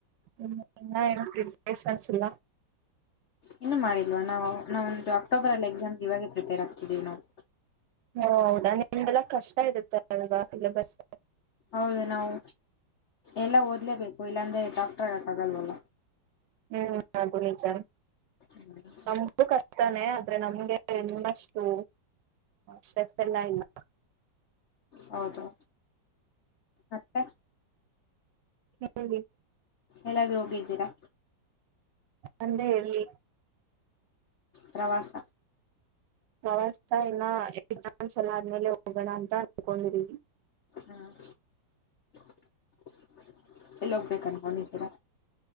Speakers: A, on the right (about 75°); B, on the left (about 75°).
A: ಹ್ಮ ಇನ್ನ ಏನು ಪ್ರಿಪೇರೇಷನ್ಸ್ ಇಲ್ಲ
B: ಇನ್ನು ಮಾಡಿಲ್ವ ನಾವು ನಾವಂದು ಅಕ್ಟೋಬರ್ ಅಲ್ಲಿ ಎಕ್ಸಾಮ್ಗೆ ಇವಾಗೆ ಪ್ರಿಪೇರ್ ಆಗ್ತಿದೀವಿ ನಾವು
A: ಹ ಹೌದಾ ನಿಮ್ ಎಲ್ಲ ಕಷ್ಟ ಇರುತ್ತೆ ಅಲ್ವಾ ಸಿಲೆಬಸ್
B: ಹೌದು ನಾವು ಎಲ್ಲಾ ಓದ್ಲೇಬೇಕು ಇಲ್ಲಾಂದ್ರೆ ಡಾಕ್ಟರ್ ಹಾಗಾಕ್ಕೇ ಆಗಲ್ವಲ್ಲ
A: ಹ್ಮ್ ಅದು ನಿಜ
B: ಹ್ಮ್
A: ನಮಗು ಕಷ್ಟನೇ ಆದ್ರೆ ನಮ್ಗೆ ಇನ್ನಷ್ಟು ಸ್ಟ್ರೆಸ್ ಎಲ್ಲ ಇಲ್ಲ
B: ಹೌದು ಮತ್ತೆ
A: ಹೇಳ್ಬೇಕು
B: ಎಲ್ಲಾದ್ರೂ ಹೋಗಿ ಇದ್ದೀರಾ.
A: ಅಂದೇ ಎಲ್ಲಿ.
B: ಪ್ರವಾಸ.
A: ಪ್ರವಾಸ ಇಲ್ಲ ಎಕ್ಸಾಸ್ ಎಲ ಆದ್ಮೇಲೆ ಹೋಗೋಣ ಅಂತ ಅನ್ಕೊಂಡ್ರೀವಿ.
B: ಹ್ಮ್ <inaudible> ಎಲ್ಲಿ ಹೋಗ್ಬೇಕ ಅನ್ಕೊಂಡಿರ.